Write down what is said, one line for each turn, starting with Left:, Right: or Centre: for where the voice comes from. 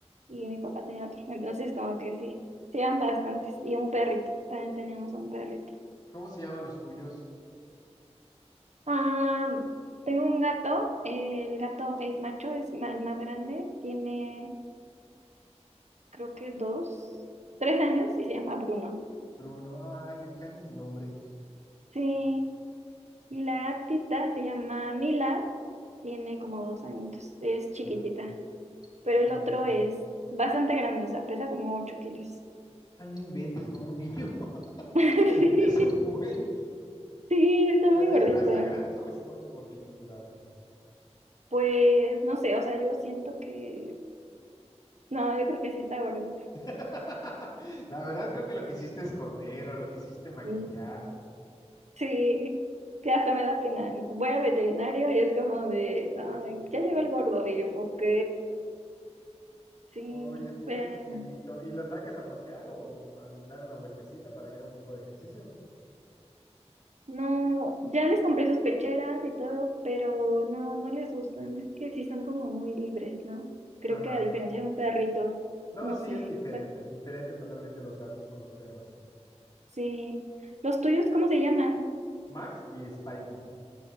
Right: y mi papá tenía otro, entonces como que sí, sí eran bastantes y un perrito, también teníamos un perrito.
Left: ¿Cómo se llaman los tuyos?
Right: Ah, tengo un gato, eh, el gato es macho, es ma- el más grande, tiene creo que dos, tres años y se llama Bruno.
Left: Bruno. Ay, me encanta ese nombre.
Right: Sí, y la gatita se llama Mila, tiene como dos añitos, es chiquitita,
Left: Ajá.
Right: pero el
Left: no,
Right: otro
Left: Ok.
Right: es bastante grande, o sea, pesa como ocho kilos.
Left: Ah, no inventes como un niño.
Right: <laughs>
Left: <laughs> Es un buen.
Right: Sí, sí, está
Left: ¿Pero
Right: muy gordita.
Left: es raza grande o está muy gordito tu gato?
Right: Pues no sé, o sea, yo siento que, no, yo creo que sí está gordita.
Left: <laughs> La verdad creo que lo quisiste esconder o lo quisiste maquillar.
Right: <laughs> Sí, que hasta me da pena. Voy al veterinario y es como de, ay,
Left: <laughs>
Right: ya llegó el gordo. Y yo, ok, sí,
Left: Oye, pobrecito.
Right: pero
Left: ¿Y lo sacas a pasear o al dar una vueltecita para que haga un poco de ejercicio?
Right: no, ya les compré sus pecheras y todo, pero no, no les gustan. Es que sí son como muy libres, ¿no? Creo
Left: Ajá.
Right: que a diferencia de un perrito,
Left: No,
Right: no
Left: sí,
Right: sé,
Left: es diferente.
Right: bueno,
Left: Diferente totalmente los gatos con los perros.
Right: sí. ¿Los tuyos cómo se llaman?
Left: Max y Spikey.